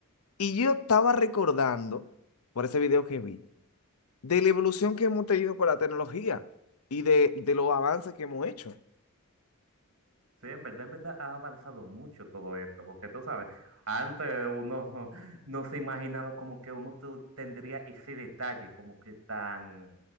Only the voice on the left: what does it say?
y yo estaba recordando, por ese video que vi, de la evolución que hemos tenido con la tecnología y de, de los avances que hemos hecho.